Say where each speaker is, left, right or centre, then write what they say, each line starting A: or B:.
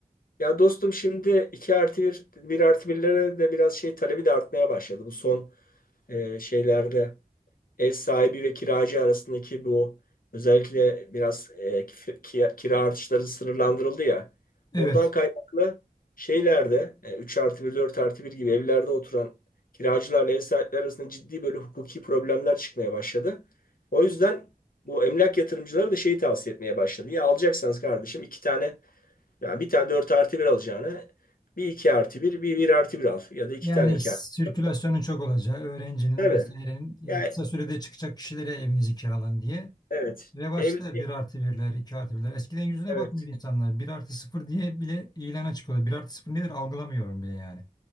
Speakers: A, on the left; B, on the left.
A: Ya dostum şimdi 2 artı bir, bir artı birlere de biraz şey talebi de artmaya başladı. Bu son e, şeylerde ev sahibi ve kiracı arasındaki bu özellikle biraz e, kif- ki- kira artışları sınırlandırıldı ya.
B: Evet.
A: Oradan kaynaklı şeylerde e, 3 artı bir 4 artı bir gibi evlerde oturan kiracılarla ev sahipleri arasında ciddi böyle hukuki problemler çıkmaya başladı. O yüzden bu emlak yatırımcıları da şeyi tavsiye etmeye başladı. Ya alacaksanız kardeşim iki tane yani bir tane 4 artı bir alacağına bir 2 artı bir bir bir artı bir al ya da iki
B: Yani
A: tane iki.
B: sirkülasyonun
A: artı 1.
B: çok olacağı, öğrencinin
A: Tabii.
B: vesairenin
A: Yani,
B: e, kısa sürede çıkacak kişilere evinizi kiralan diye.
A: evet.
B: Revaçta
A: Ev,
B: bir artı birler 2 artı birler Eskiden yüzüne
A: evet.
B: bakmıyor insanlar. bir artı sıfır diye bile ilana çıkıyorlar. bir artı sıfır nedir algılamıyorum bile yani.